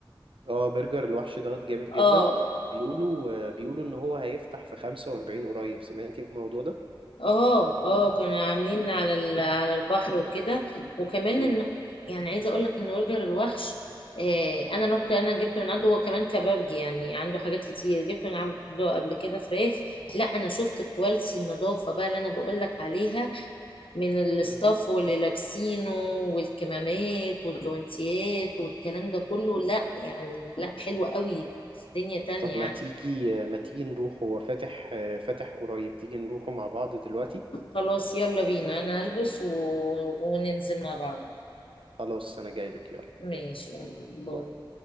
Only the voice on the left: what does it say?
اه
اه اه كانوا عاملين على ال- على البحر وكده وكمان
ان يعني عايزه اقول لك ان برجر الوحش آه انا رحت انا جبت من عنده هو كمان كبابجي يعني عنده حاجات كتير جبت من عنده قبل كده فراخ لا انا شفت كواليتي النظافه بقى اللي انا بقول لك عليها من الاستاف
واللي لابسينه والكمامات والجوانتيات والكلام ده كله لا يعني لا حلو قوي في دنيا تانية
يعني
خلاص يلا بينا انا هلبس و... وننزل مع بعض
ماشي
يلا باي.